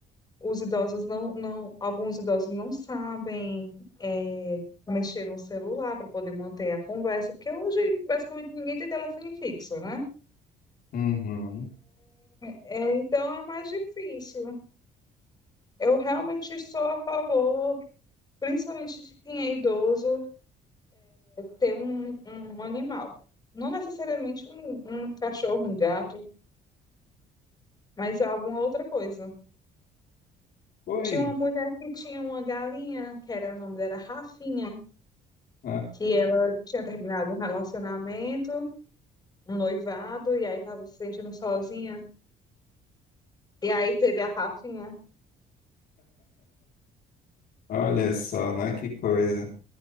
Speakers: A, on the left (about 25°); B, on the left (about 65°).
A: Os idosos não, não, alguns idosos não sabem é, mexer no celular para poder manter a conversa, porque hoje basicamente ninguém tem telefone fixo, né?
B: Uhum.
A: É, então é mais difícil. Eu realmente sou a favor, principalmente de quem é idoso, ter um, um animal. Não necessariamente um, um cachorro, um gato, mas alguma outra coisa.
B: Pois,
A: Tinha uma mulher que tinha uma galinha, que era o nome dela Rafinha,
B: né?
A: que ela tinha terminado um relacionamento, um noivado, e aí estava se sentindo sozinha. E aí teve a Rafinha.
B: Olha só, né? Que coisa.